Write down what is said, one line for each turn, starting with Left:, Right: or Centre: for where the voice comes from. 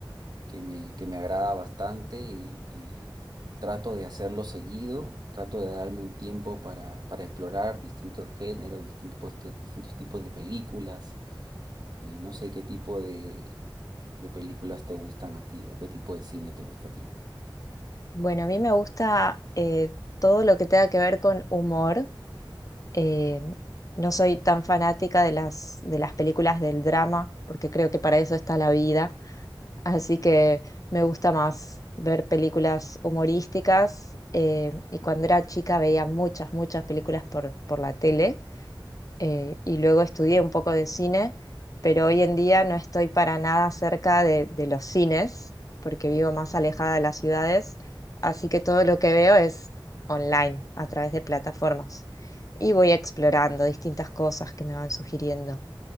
Right: que me, que me agrada bastante y, y trato de hacerlo seguido, trato de darme un tiempo para, para explorar distintos géneros, distintos, distintos tipos de películas Eh, no sé qué tipo de, de películas te gustan a ti o qué tipo de cine te gusta a ti.
Left: Bueno, a mí me gusta eh, todo lo que tenga que ver con humor. Eh, no soy tan fanática de las, de las películas del drama, porque creo que para eso está la vida. Así que me gusta más ver películas humorísticas. eh, y cuando era chica veía muchas, muchas películas por, por la tele. eh, y luego estudié un poco de cine, pero hoy en día no estoy para nada cerca de, de los cines, porque vivo más alejada de las ciudades, así que todo lo que veo es online, a través de plataformas. Y voy explorando distintas cosas que me van sugiriendo.